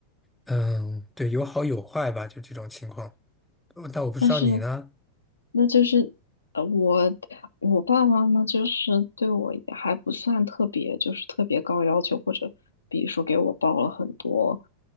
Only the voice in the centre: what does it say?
嗯，对，有好有坏吧，就这种情况。呃但我不知道你呢，